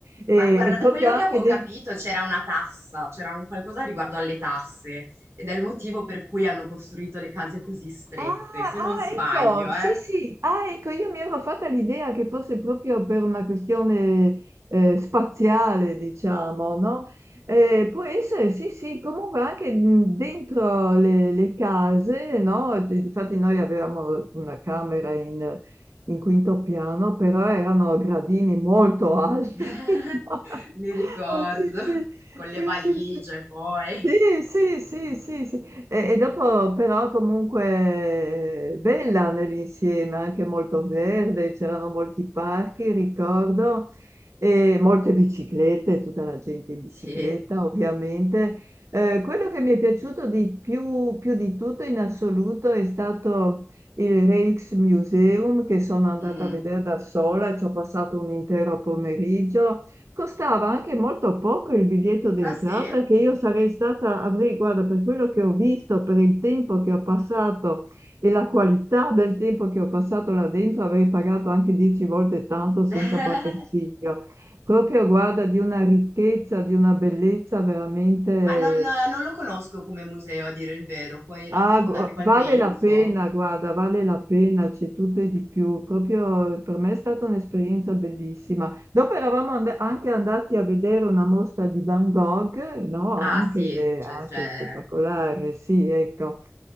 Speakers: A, on the right (about 80°); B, on the right (about 60°).
A: e,
B: Ma guarda,
A: e
B: da
A: proprio
B: quello che
A: anche
B: avevo
A: dei
B: capito c'era una tassa, c'era un qualcosa riguardo alle tasse ed è il motivo per cui hanno costruito le case così strette,
A: Ah,
B: se non
A: ah,
B: sbaglio,
A: ecco, sì,
B: eh.
A: sì, ah, ecco, io mi ero fatta l'idea che fosse proprio per una questione eh, spaziale, diciamo, no? Eh, può essere, sì, sì, comunque anche mh, dentro le, le case, no? D- Difatti noi avevamo una camera in, in quinto piano, però erano gradini molto alti,
B: <laughs>
A: <laughs>
B: Mi ricordo,
A: Oh, sì, sì,
B: con
A: sì,
B: le valigie
A: sì, sì.
B: poi.
A: Sì, sì, sì, sì, sì. E, e dopo però comunque eh, bella nell'insieme, anche molto verde, c'erano molti parchi, ricordo, e molte biciclette, tutta la gente in bicicletta
B: Sì.
A: ovviamente. Eh, quello che mi è piaciuto di più, più di tutto in assoluto è stato il Rijksmuseum che sono andata
B: Mm.
A: a vedere da sola, ci ho passato un intero pomeriggio Costava anche molto poco il biglietto d'entrata
B: Ah sì?
A: che io sarei stata, avrei, guarda, per quello che ho visto, per il tempo che ho passato e la qualità del tempo che ho passato là dentro, avrei pagato anche dieci volte tanto senza
B: <laughs>
A: batter ciglio. Proprio, guarda, di una ricchezza, di una bellezza veramente
B: Ma non, no, non lo conosco come museo, a dire il vero. Puoi un
A: Ah,
B: attimo
A: gu-
B: darmi qualche
A: vale
B: info?
A: la pena, guarda, vale la pena, c'è tutto e di più. Proprio eh, per me è stata un'esperienza bellissima. Dopo eravamo and- anche andati a vedere una mostra di Van Gogh, no?
B: Ah
A: Anche,
B: sì, cioè,
A: anche
B: c'è
A: spettacolare, sì, ecco.